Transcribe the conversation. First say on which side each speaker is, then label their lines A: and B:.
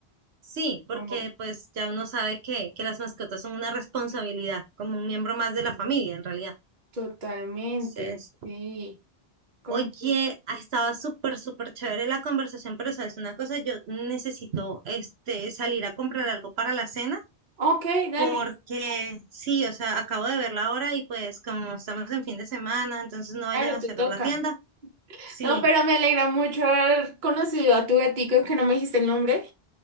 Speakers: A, on the right; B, on the right.
A: Sí, porque
B: Como
A: pues ya uno sabe que, que las mascotas son una responsabilidad, como un miembro más de la familia en realidad.
B: totalmente,
A: Entonces,
B: sí. Como
A: oye,
B: que,
A: ha estado súper, súper chévere la conversación, pero sabes una cosa, yo necesito este salir a comprar algo para la cena,
B: ok, dale,
A: porque sí, o sea, acabo de ver la hora y pues como estamos en fin de semana, entonces no vayan
B: claro,
A: a
B: te
A: cerrar
B: toca.
A: la tienda. Sí.
B: No, pero me alegra mucho haber conocido a tu gatico, que no me dijiste el nombre.